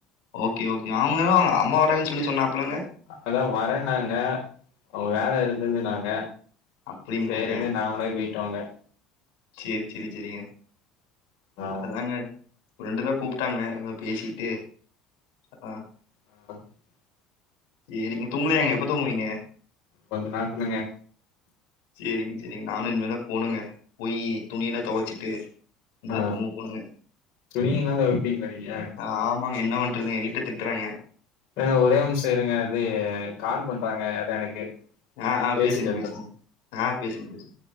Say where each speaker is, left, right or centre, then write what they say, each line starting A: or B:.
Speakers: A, on the left; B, on the left.
A: ஓக்கே ஓக்கே அவங்க தா அவங்க அம்மா வராங்கன்னு சொல்லி சொன்னாப்லங்க
B: ஆனா வரேன்னாங்க அவங்க வேல இருந்துதுனாங்க
A: அப்டிங்களாங்க
B: செரினு நாங்களே போயிட்டோங்க
A: செரி செரி செரிங்க
B: ஆ
A: அதாங்க ஃப்ரெண்டு தா கூப்ட்டாங்க அதா பேசிட்டு அ அ
B: <unintelligible>
A: செரிங்க தூங்கலயாங்க எப்ப தூங்குவீங்க
B: கொஞ்சோ நேரத்லங்க
A: செரிங்க செரிங்க நானு இனிமேல் தா போனுங்க போய் துணியல்லா துவச்சிட்டு உங்க
B: ஆ
A: தூங்க போணுங்க
B: துணியெல்லா தொவைப்பீங்களா நீங்க
A: ஆம் ஆமாங்க என்ன பண்றது ஏ வீட்ல திட்றாங்க
B: ஏங்க ஒரே ஒரு நிமிஷ இருங்க இது கால் பண்றாங்க யாரோ எனக்கு
A: ஆ, ஆ
B: பேசிட்டு
A: பேசுங்க,
B: வந்துர்ற
A: பேசுங்க. ஆ பேசுங்க பேசுங்க